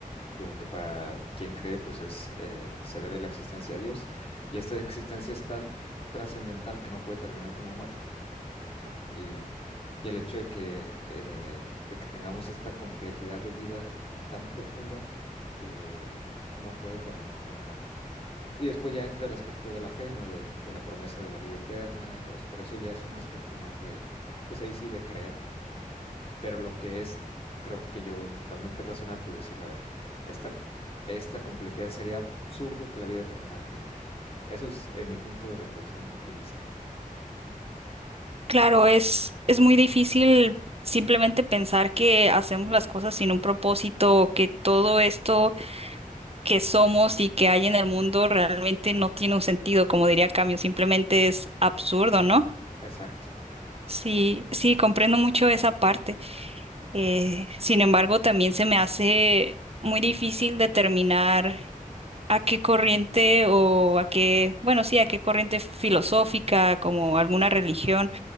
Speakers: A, on the left; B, on the right.
A: Digo que para quien cree, pues es, eh, se debe la existencia a Dios. Y esta existencia es tan trascendental que no puede terminar con la muerte, ¿no? Y, y el hecho de que, eh, de que tengamos esta complejidad de vida tan profunda, eh, no puede terminar con la muerte. Y después ya entra el aspecto de la fe, ¿no? Del- de la promesa de la vida eterna y todo eso. Pero eso ya es un aspecto más de, pues ahí sí, de creer, ¿no? Pero lo que es, creo que yo totalmente racional, pues decir, a ver, esta, esta complejidad sería absurdo que la vida terminara con la muerte. Eso es eh, mi punto de reflexión inicial, ¿no?
B: Claro, es, es muy difícil simplemente pensar que hacemos las cosas sin un propósito, que todo esto que somos y que hay en el mundo realmente no tiene un sentido, como diría Camus, simplemente es absurdo, ¿no?
A: Exacto,
B: Sí, sí, comprendo mucho esa parte. Eh, sin embargo, también se me hace muy difícil determinar a qué corriente o a qué, bueno, sí, a qué corriente filosófica, como alguna religión